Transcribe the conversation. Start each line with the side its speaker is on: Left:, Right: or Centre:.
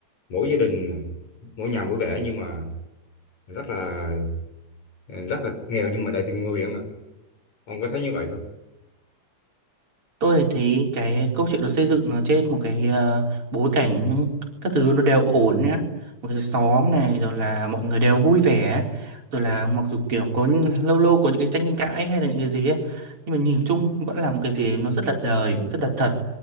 Left: mỗi gia đình mỗi nhà mỗi vẻ nhưng mà rất là rất là nghèo nhưng mà đầy tình người không ạ ông có thấy như vậy không
Right: Tôi thấy cái câu chuyện được xây dựng ở trên một cái ờ, bối cảnh các thứ nó đều ổn nhá. Một cái xóm này rồi là mọi người đều vui vẻ. Rồi là mặc dù kiểu có những- lâu lâu có những cái tranh cãi hay là những cái gì ấy. Nhưng mà nhìn chung vẫn là một cái gì nó rất là đời, rất là thật.